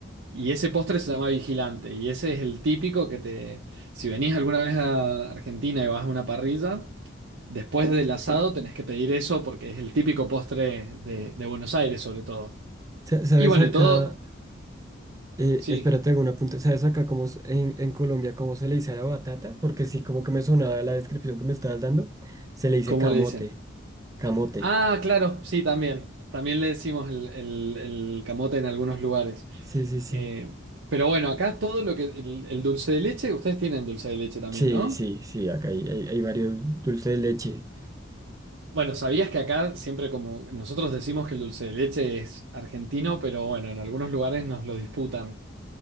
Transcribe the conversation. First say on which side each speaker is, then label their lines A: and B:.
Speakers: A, on the right; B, on the right.
A: Y ese postre se llama Vigilante, y ese es el típico que te, si venís alguna vez a Argentina y vas a una parrilla, después del asado tenés que pedir eso porque es el típico postre de, de Buenos Aires sobre todo.
B: Sa- ¿Sabes
A: Y bueno,
B: acá?
A: y todo,
B: Eh,
A: sí,
B: espérate, hago un apunte. ¿Sabes acá cómo s- en, en Colombia cómo se le dice a la batata? Porque sí, como que me sonaba la descripción que me estabas dando. Se le dice
A: ¿cómo
B: camote.
A: le dicen?
B: Camote.
A: Ah, claro, sí, también. También le decimos el, el- el camote en algunos lugares.
B: Sí, sí, sí.
A: Eh, pero bueno, acá todo lo que, el el dulce de leche, ustedes tienen dulce de leche también,
B: Sí,
A: ¿no?
B: sí, sí. Acá hay, hay, hay varios dulces de leche.
A: Bueno, ¿sabías que acá siempre como nosotros decimos que el dulce de leche es argentino, pero bueno, en algunos lugares nos lo disputan.